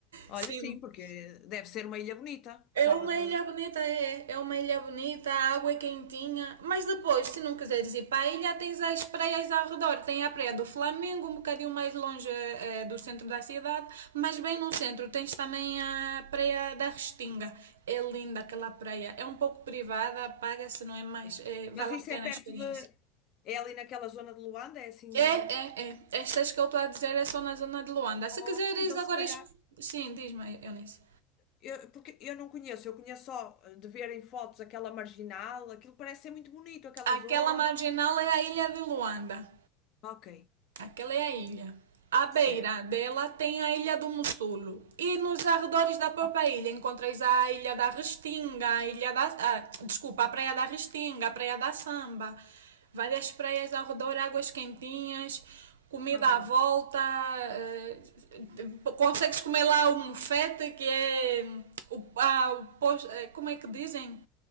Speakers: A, on the left; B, on the right.
A: Olha,
B: <laughs> sim,
A: sim, porque deve ser uma ilha bonita.
B: É
A: Gostava
B: uma
A: de.
B: ilha bonita, é. É uma ilha bonita, a água é quentinha. Mas depois, se não quiseres ir para a ilha, tens as praias ao redor. Tem a Praia do Flamengo, um bocadinho mais longe eh, do centro da cidade. Mas bem no centro tens também a Praia da Restinga. É linda aquela praia. É um pouco privada, paga-se, não é mais.
A: Sim.
B: eh, vale
A: Mas isso
B: a pena
A: é perto
B: a experiência.
A: de. É ali naquela zona de Luanda, é assim.
B: É, é, é. Estas que eu estou a dizer é só na zona de Luanda. Se
A: Ou-
B: quiseres
A: então,
B: agora.
A: se calhar.
B: exp- Sim, diz-me, Eunice.
A: Eu, porque eu não conheço, eu conheço só eh, de ver em fotos aquela marginal, aquilo parece ser muito bonito, aquela
B: Aquela
A: zona.
B: marginal é a ilha de Luanda.
A: Ok,
B: Aquela é a ilha. À beira
A: certo.
B: dela tem a Ilha do Mussulo. E nos arredores da própria
A: Ok,
B: ilha encontras a Ilha da Restinga, a Ilha da. ah, desculpa, a Praia da Restinga, a Praia da Samba. Várias praias ao redor, águas quentinhas, comida
A: ah, boa.
B: à volta. eh, consegues comer lá o mufete, que é. O, ah, o pos- eh, como é que dizem?